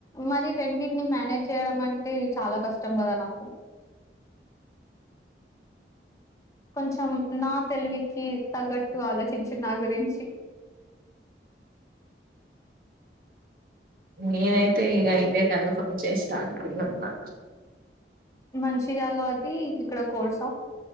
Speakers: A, on the left; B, on the right.
A: మరి రెండింటిని మేనేజ్ చేయడం అంటే చాలా కష్టం కదా నాకు నో నైస్ కొంచెం నా తెలివికి తగ్గట్టు ఆలోచించి నా గురించి ఉ హు
B: నేనైతే ఇగ ఇదే కన్ఫర్మ్ చేస్తా అనుకున్నా
A: మంచిరాల్లో అది ఇక్కడ కోర్స